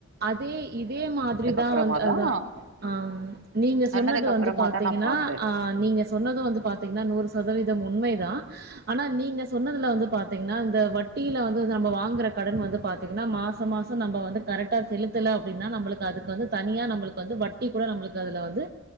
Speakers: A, on the right; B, on the right.
A: அதே இதே மாதிரிதா
B: அப்புறமா
A: வந் அதா
B: தான்
A: ஆம் நீங்க
B: சொன்னதுக்கு
A: சொன்னது வந்து
B: அப்புறமா
A: பாத்தீங்கன்னா
B: தான் நான் பார்த்தேன்.
A: அ நீங்க சொன்னது வந்து பாத்தீங்கன்னா நூறு சதவீதம் உண்மைதா ஆனா நீங்க சொன்னதுல வந்து பாத்தீங்ன்னா இந்த வட்டியில வந்து து நம்ப வாங்குற கடன் வந்து பாத்தீங்கன்னா மாச மாசோ நம்ப வந்து கரெட் டா செலுத்தல அப்டின்னா நம்பளுக்கு அதுக்கு வந்து தனியா நம்பளுக்கு வந்து வட்டி கூட நம்பளுக்கு அதுல வந்து